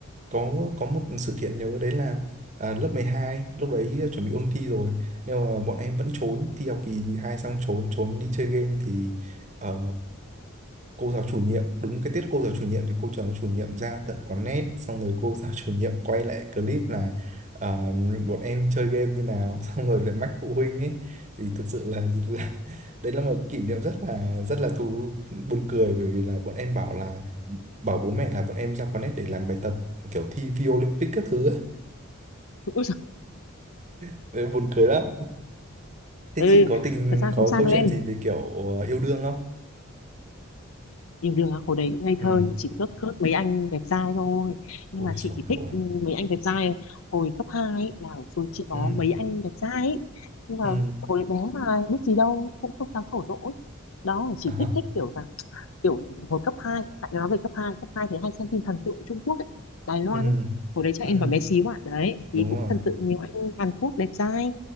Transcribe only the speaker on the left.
Ui giời,
ừ.
thật ra
không sao
đâu
em
yêu đương á hồi đấy cũng ngây
thơ nhưng chỉ cướp cướp mấy anh đẹp trai thôi nhưng
mà chị
chỉ thích
ừ, mấy anh đẹp trai hồi cấp 2 ấy, là ở phường chị có
mấy anh đẹp trai ấy. nhưng mà
hồi bé mà biết gì đâu cũng không dám thổ lộ ấy. đó chỉ
thích thích kiểu là kiểu hồi cấp hai tại nói về cấp hai cấp hai thì hay xem phim thần tượng Trung Quốc ấy, Đài Loan
ấy hồi đấy chắc
em còn bé xíu à đấy
thì cũng
thần tượng nhiều anh Hàn Quốc đẹp trai